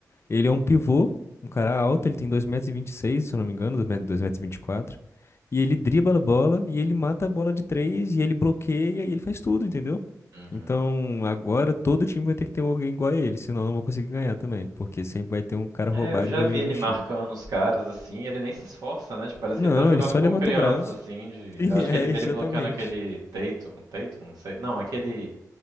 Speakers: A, on the left; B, on the right.
A: ele é um pivô, um cara alto, ele tem dois metros e vinte e seis, se eu não me engano, 2,24m. E vinte e quatro. E ele dribla a bola, e ele mata a bola de três, e ele bloqueia, e ele faz tudo, entendeu?
B: Uhum.
A: Então agora todo time vai ter que ter alguém igual a ele, senão eu não vou conseguir ganhar também. Porque sempre vai ter um cara
B: É,
A: roubado
B: eu já
A: igual
B: vi
A: a ele
B: ele
A: no time.
B: marcando os caras assim, e ele nem se esforça, né? Tipo, parece
A: Não,
B: que ele tá jogando
A: ele só
B: com
A: levanta
B: criança,
A: o braço.
B: assim, de.
A: <laughs> Sim,
B: eu Acho
A: é,
B: que ele vê
A: exatamente.
B: ele bloqueando aquele Tatum, Tatum, não sei. Não, aquele.